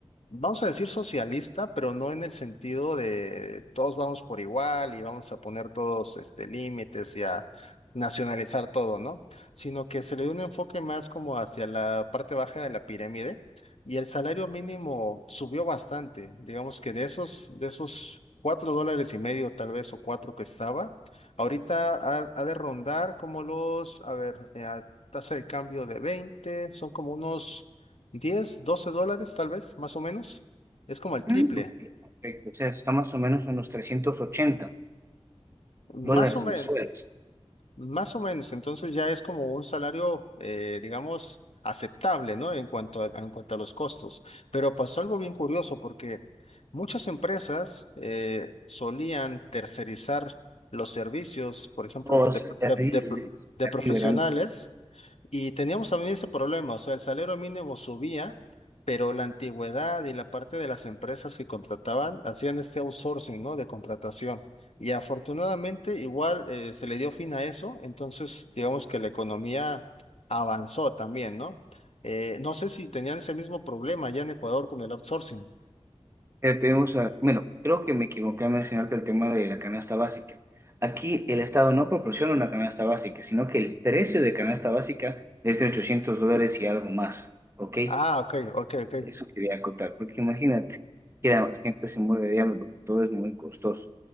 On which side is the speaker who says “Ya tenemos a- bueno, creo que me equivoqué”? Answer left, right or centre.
Right